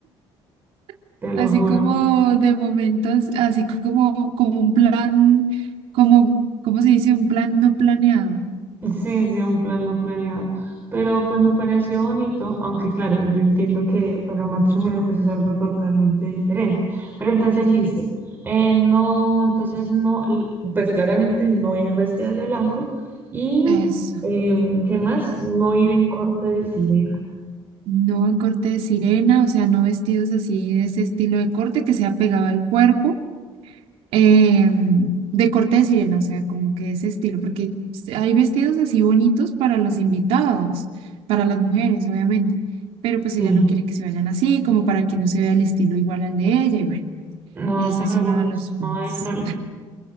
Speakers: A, on the right (about 75°); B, on the right (about 20°).
A: <laughs>
B: te lo
A: así
B: juro.
A: como de momentos, así como, como un plan, como, ¿cómo se dice? Un plan no planeado.
B: Sí, sí, un plan no planeado. Pero pues me pareció bonito, aunque claro, yo entiendo que para un matrimonio pues es algo totalmente diferente. Pero entonces listo. Eh, no, entonces no, l- pues claramente no ir vestida de blanco. Y
A: Eso.
B: em, ¿qué más? No ir en corte de sirena.
A: No en corte de sirena, o sea, no vestidos así de ese estilo de corte que sea pegado al cuerpo eh, de corte de sirena, o sea, como que ese estilo, porque s- hay vestidos así bonitos para los invitados, para las mujeres, obviamente, pero pues
B: Sí,
A: ella no quiere que se vayan así, como para que no se vea el estilo igual al de ella, y bueno,
B: No
A: ese
B: te
A: es
B: preocupes,
A: uno de los puntos.
B: no hay problema.